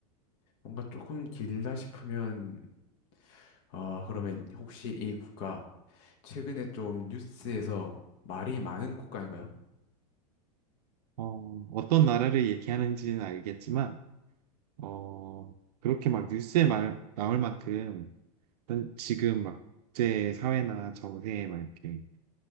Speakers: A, on the left; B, on the right.
A: 뭔가 조금 길다 싶으면 아, 그러면 혹시 이 국가 최근에 좀 뉴스에서 말이 많은 국가인가요?
B: 어, <laughs> 어떤 나라를 얘기하는지는 알겠지만, 어, 그렇게 막 뉴스에 말, 나올 만큼, 일단 지금 막 국제 사회나 정세에 막 이렇게